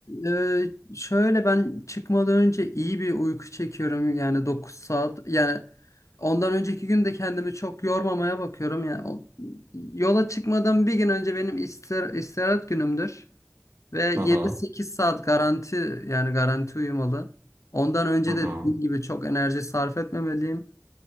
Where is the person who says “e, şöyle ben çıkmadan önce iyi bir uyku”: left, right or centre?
Left